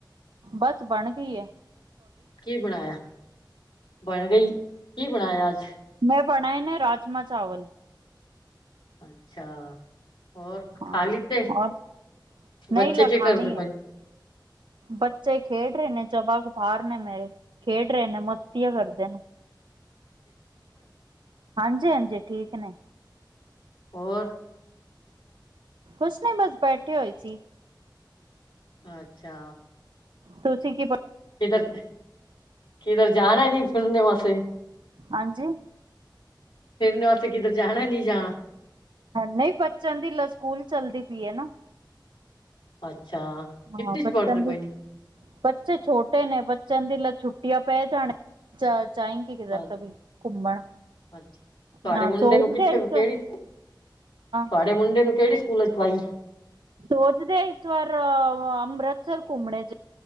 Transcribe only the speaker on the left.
ਕੀ, ਬਣਾਇਆ? ਬਣ ਗਈ। ਕੀ, ਬਣਾਇਆ ਅੱਜ?
ਅੱਛਾ। ਹੋਰ,
ਖਾਲੀ ਤੇ,
ਬੱਚੇ
ਕੇ
ਕਰਦੇ ਪਏਨ?
ਹੋਰ?
ਅੱਛਾ।
ਕਿਧਰ ਕਿਧਰ ਜਾਣਾ ਨੀ ਫਿਰਨੇ ਵਾਸੇ?
ਫਿਰ ਨ ਉੱਥੇ ਕਿਧਰ ਜਾਣਾ ਨਹੀਂ ਜਾਣਾ?
ਅੱਛਾ।
ਕਿੱਥੇ
ਚ ਪੜ੍ਹਦੇ ਪਏ
ਨੇ
ਅੱਛਾ
ਅੱਛਾ। ਤੁਹਾਡੇ
ਮੁੰਡੇ
ਨੂੰ ਕਿੱਥੇ
ਕਿਹੜੀ ਸਕੂ
ਤੁਹਾਡੇ ਮੁੰਡੇ ਨੂੰ ਕਿਹੜੀ ਸਕੂਲ ਚ ਪਾਈ